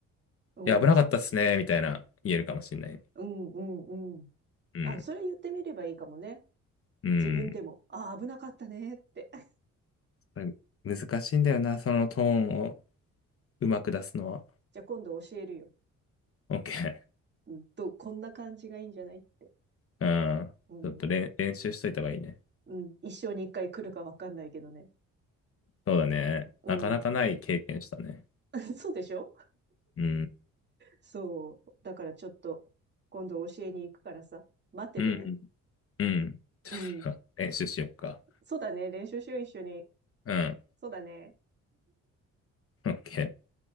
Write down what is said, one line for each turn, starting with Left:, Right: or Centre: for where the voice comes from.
Right: うん。
Left: いや、危なかったっすね、みたいな、言えるかもしれない。
Right: うん、うん、うん。
Left: うん。
Right: あ、それ言ってみればいいかもね。
Left: うん。
Right: 自分でも。あ、危なかったねって。<laughs>
Left: これ、難しいんだよな、そのトーンをうまく出すのは。
Right: じゃあ今度教えるよ。
Left: OK。
Right: うん、と、こんな感じがいいんじゃないって。
Left: うん。
Right: うん。
Left: ちょっと練、練習しといた方がいいね。
Right: うん。一生に一回来るかわかんないけどね。
Left: そうだね。
Right: うん。
Left: なかなかない経験したね。
Right: <laughs> そうでしょ
Left: うん。
Right: そう。だからちょっと、今度教えに行くからさ。待っててね。
Left: うん。うん。ちょっと練習しよっか。
Right: うん。そうだね。練習しよう、一緒に。
Left: うん。
Right: そうだね。
Left: オッケー。